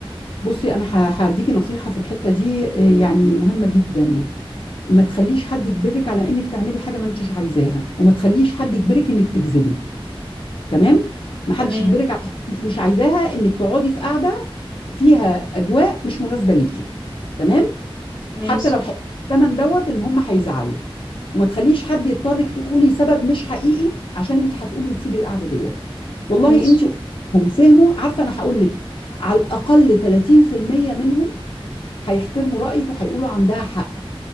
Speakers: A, on the left (about 60°); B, in the centre.
A: بصي انا ه- هديكي نصيحه في الحته دي آه، يعني مهمه جدا ما تخليش حد يجبرك على انك تعملي حاجه ما انتش عايزاها وما تخليش حد يجبرك انك تكذبي تمام ما حدش
B: تمام
A: يجبرك على حاجه انت مش عايزاها انك تقعدي في قاعده فيها اجواء مش مناسبه ليكي تمام حتى
B: ماشي
A: لو هيدفعوا الثمن دوت ان هم هيزعلوا وما تخليش حد يضطرك تقولي سبب مش حقيقي عشان انت هتقومي وتسيبي القعده ديت والله
B: ماشي
A: انت هم فهموا عارفه انا هقول لك على الاقل 30% منهم هيحترموا رايك وهيقولوا عندها حق